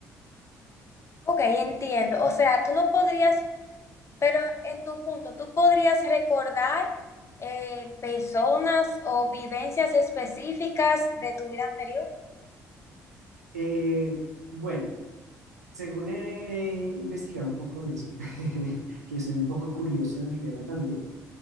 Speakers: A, on the left; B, on the right.
A: Ok, entiendo. O sea, tú no podrías, pero en tu punto, tú podrías recordar eh, personas o vivencias específicas de tu vida anterior.
B: Eh, bueno. Según he, he investigado un poco de eso, <laughs> que soy un poco curioso del tema también,